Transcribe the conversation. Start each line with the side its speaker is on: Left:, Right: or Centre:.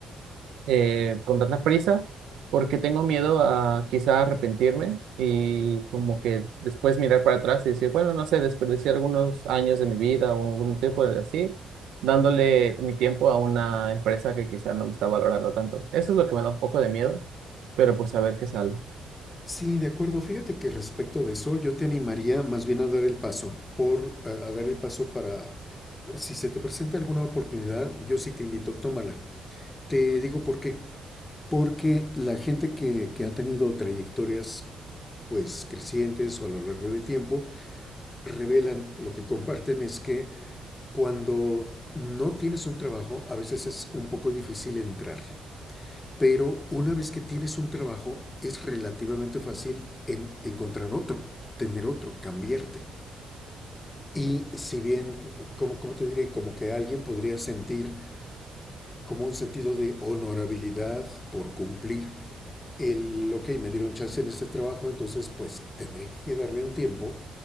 Right: eh, con tantas prisas porque tengo miedo a quizá arrepentirme y como que después mirar para atrás y decir, bueno, no sé, desperdicié algunos años de mi vida o algún tiempo de así, dándole mi tiempo a una empresa que quizá no me está valorando tanto. Eso es lo que me da un poco de miedo, pero pues a ver qué sale.
Left: Sí, de acuerdo. Fíjate que respecto de eso, yo te animaría más bien a dar el paso, por, a, a dar el paso para, si se te presenta alguna oportunidad, yo sí te invito, tómala. Te digo por qué. Porque la gente que, que ha tenido trayectorias pues crecientes o a lo largo de tiempo, revelan, lo que comparten es que cuando no tienes un trabajo, a veces es un poco difícil entrar. Pero una vez que tienes un trabajo, es relativamente fácil en- encontrar otro, tener otro, cambiarte. Y si bien, como te diré? Como que alguien podría sentir como un sentido de honorabilidad por cumplir, el, ok, me dieron chance en este trabajo, entonces pues tendré que quedarme un tiempo.